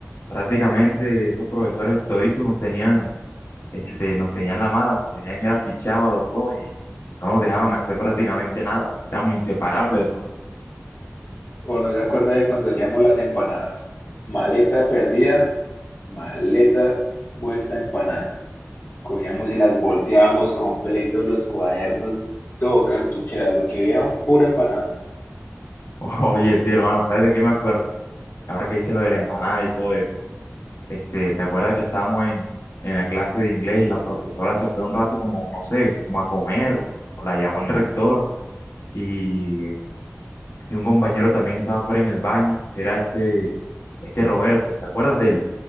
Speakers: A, on the left; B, on the left.
A: Prácticamente esos profesores toditos nos tenían este,
B: <clears throat>
A: nos tenían la mala, nos tenían era fichado a los dos y, y no nos dejaban hacer prácticamente nada. Éramos inseparables, hermano.
B: O no se acuerda de cuando hacíamos las empanadas. Maleta perdida, maleta vuelta empanada. Cogíamos y las volteábamos completos, los cuadernos, todo cartuchera, lo que viéramos, pura empanada.
A: <laughs> Oye, sí, hermano, ¿sabes de qué me acuerdo? Ahora que hice lo de la empanada y todo eso. Este, ¿te acuerdas que estábamos en, en la clase de inglés y la profesora se fue un rato como, no sé, como a comer, o la llamó el rector y, y un compañero también estaba fuera en el baño, que era este, este Roberto, ¿te acuerdas de él?